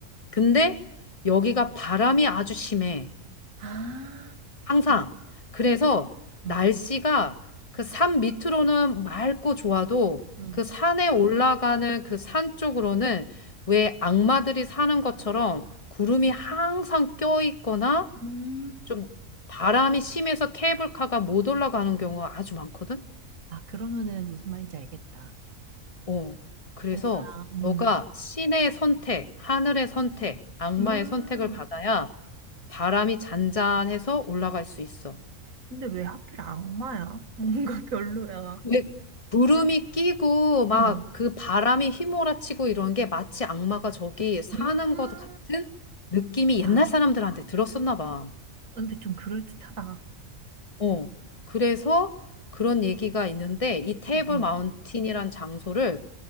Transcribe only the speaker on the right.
아,
응,
응,
응.
음,
아, 그러면은 무슨 말인지 알겠다.
뭔가, 음,
음.
근데 왜 하필 악마야? 뭔가 별로야.
응,
음.
아,
근데 좀 그럴듯하다.
응, 응.